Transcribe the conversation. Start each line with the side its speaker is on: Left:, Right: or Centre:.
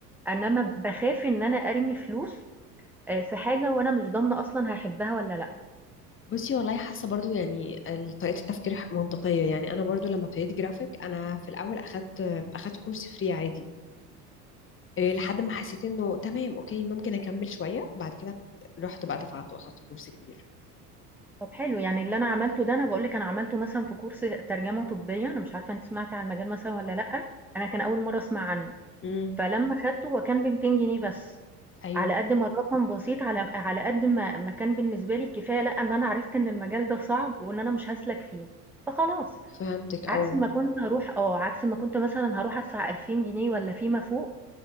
Centre: إنما باخاف إن أنا أرمي فلوس آآ في حاجة وأنا مش ضامنة أصلًا هاحبها والّا لأ.
Left: بصي والله حاسه برضو يعني ال- طريقه التفكير منطقيه يعني انا برضو لما ابتديت جرافيك انا في الاول اخدت اخدت كورس فري عادي إيه، لحد ما حسيت انه تمام اوكي ممكن اكمل شويه بعد كده رحت بقى دفعت واخدت كورس كبير
Centre: طب حلو، يعني اللي أنا عملته ده أنا باقول لِك أنا عملته مثلًا في كورس ترجمة طبية، أنا مش عارفة أنتِ سمعتِ عن المجال مثلًا والّا لأ، أنا كان أول مرّة أسمع عنه،
Left: امم
Centre: فلمّا خدته هو كان ب200 جنيه بس،
Left: ايوه
Centre: على قد ما الرقم بسيط على على قد ما ما كان بالنسبة لي الكفاية لأ، إن أنا عرفت إن المجال ده صعب وإن أنا مش هاسلك فيه، فخلاص،
Left: فهمتك او
Centre: عكس ما كنت هاروح آه، عكس ما كنت مثلًا هاروح أدفع 2000 جنيه والّا فيما فوق،